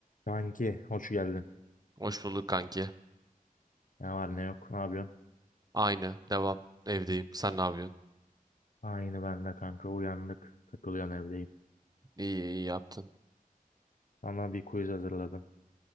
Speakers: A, on the left (about 60°); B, on the right (about 25°).
A: Kanki hoş geldin.
B: Hoş bulduk kanki.
A: Ne var ne yok ne yapıyorsun?
B: Aynı. Devam. Evdeyim. Sen ne yapıyorsun?
A: Aynı ben de kanka uyandık. Takılıyorum evdeyim.
B: İyi iyi yaptın.
A: Sana bir quiz hazırladım.